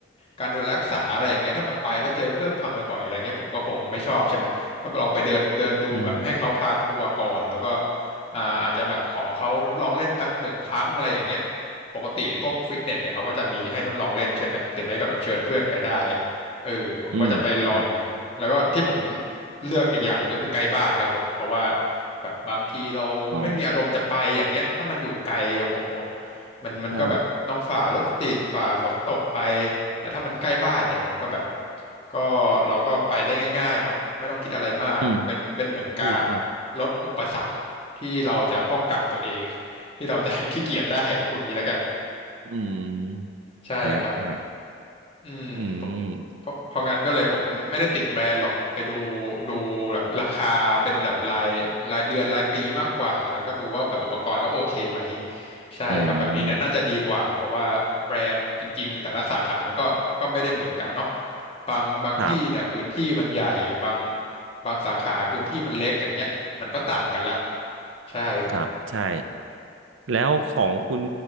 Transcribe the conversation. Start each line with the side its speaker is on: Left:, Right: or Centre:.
Left: การดูแลรักษาอะไรอย่างเงี้ยถ้าแบบไปแล้วเจอเครื่องพังบ่อยๆอะไรเงี้ยผมก็คงไม่ชอบใช่ไหม ก็ลองไปเดินเดินดูแบบให้เขาพาทัวร์ก่อนแล้วก็
Right: อืม
Left: อ่าอาจจะแบบขอเขาทดลองเล่นสักหนึ่งครั้งอะไรอย่างเงี้ยปกติพวกฟิตเนสเนี่ยเขาก็จะมีให้ทดลองเล่นใช่ไหมหรือไม่ก็แบบเชิญเพื่อนไปได้เออผมก็จะไปลองอย่างนั้นแล้วก็ที่ผม
Right: อืมครับ
Left: เลือกอีกอย่างหนึ่งก็คือใกล้บ้านครับผมเพราะว่าแบบบางทีเราไม่มีอารมณ์จะไปอย่างเงี้ยถ้ามันอยู่ไกลโอ้โห
Right: อ๋อ
Left: มันมันก็แบบต้องฝ่ารถติดฝ่าฝนตกไป
Right: ใช่
Left: แต่ถ้ามันใกล้บ้านเนี่ยมันก็แบบก็เราก็ไปได้ง่ายๆเนาะไม่ต้องคิดอะไรมากเป็นเป็นเหมือนการ
Right: อืมถูกครับ
Left: ลดอุปสรรคที่เราจะป้องกันตัวเอง <laughs> ที่เราจะขี้เกียจได้พูดงี้แล้วกัน
Right: อืม
Left: ใช่ครับ
Right: ฮะฮะ
Left: อืมเพราะ
Right: อืม
Left: เพราะเพราะงั้นก็เลยผมไม่ได้ติดแบรนด์หรอกไปดูดูแบบราคาเป็นแบบรายรายเดือนรายปีมากกว่าแล้วก็ดูว่าแบบอุปกรณ์เขาโอเคไหมใช่ครับแบบนี้เนี่ย
Right: อืม
Left: น่าจะดีกว่าเพราะว่าแบรนด์จริงๆแต่ละสาขามันก็ก็ไม่ได้เหมือนกันเนาะบางบางที่เนี่ยพื้นที่มันใหญ่บาง
Right: ครับ
Left: บางสาขาพื้นที่มันเล็กอย่างเงี้ยมันก็ต่างกันละใช่ครับ
Right: ครับใช่ แล้วของคุณ